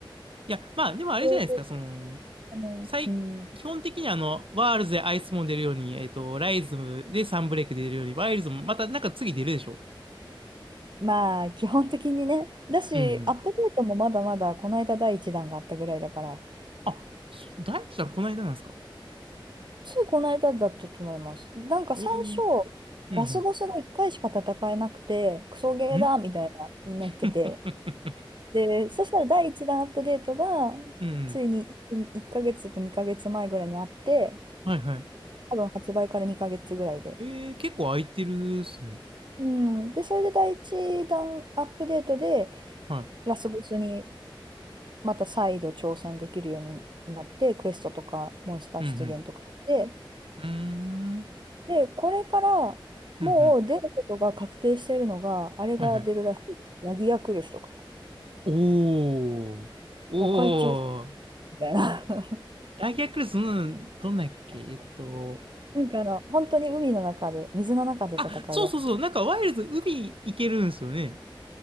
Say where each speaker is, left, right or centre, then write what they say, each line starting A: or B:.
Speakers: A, on the right; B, on the right.
A: いや、まあ、でもあれじゃないですか。
B: そうそう
A: その、
B: あの、
A: 最、
B: うん。
A: 基本的にあの、ワールズでアイスも出るように、えっと、ライズムでサンブレイク出るように、ワイルズもまたなんか次出るでしょ
B: まあ、基本的にね。だし、
A: うん。うん
B: アップデートもまだまだ、この間第一弾があったぐらいだから、
A: あ、そ大地さんこの間なんですか
B: ついこの間だったと思います。なんか最初、
A: ええうん
B: ラスボスが1回しか戦えなくて、クソゲーだみたいな、
A: うん。ん
B: みんな言ってて。
A: <laughs>
B: で、そしたら第一弾アップデートが、
A: うん。
B: ついに1ヶ月と2ヶ月前ぐらいにあって、
A: <laughs> はいはい。
B: 多分発売から2ヶ月ぐらいで。
A: えー、結構空いてるっすね。
B: うん。で、それで第一弾アップデートで、
A: は
B: ラスボスにまた再度挑戦できるようになって、クエストとかモンスター出現とかして、
A: い。うんうん。うーん。
B: で、これからもう出ることが確定してるのが、
A: うんうん。
B: あれが出るらしいです。
A: はいはい。
B: ヤギヤクルスとか、
A: おー。おー。
B: お海中みたいな。<laughs>
A: ラギアクルス、うん、どんなんやっけえっと。
B: なんかあの、本当に海の中で、水の中で戦うやつ。
A: あ、そうそうそう。なんかワイルズ海行けるんですよね。